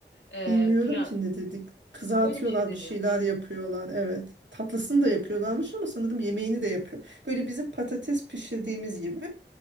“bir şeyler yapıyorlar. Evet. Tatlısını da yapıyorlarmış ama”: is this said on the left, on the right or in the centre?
Right